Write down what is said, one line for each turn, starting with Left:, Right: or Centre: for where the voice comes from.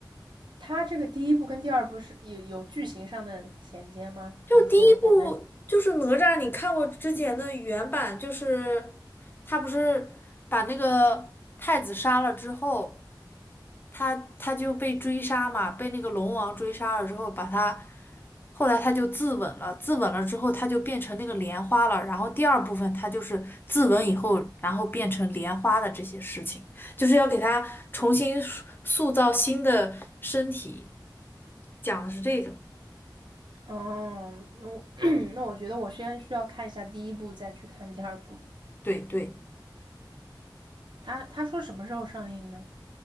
Right: 他这个第一部跟第二部是有有剧情上的衔接吗？
Left: 就第一部就是哪吒，
Right: 还是说我能？
Left: 你看过之前的原版，就是他不是把那个太子杀了之后，他他就被追杀嘛，被那个龙王追杀了之后，把他后来他就自刎了，自刎了之后他就变成那个莲花了，然后第二部分他就是自刎以后，然后变成莲花的这些事情，就是要给他重新塑塑造新的身体，讲的是这个，
Right: 哦，那我 <clears throat> 那我觉得我先需要看一下第一部，再去看第二部。
Left: 对对。
Right: 他他说什么时候上映呢？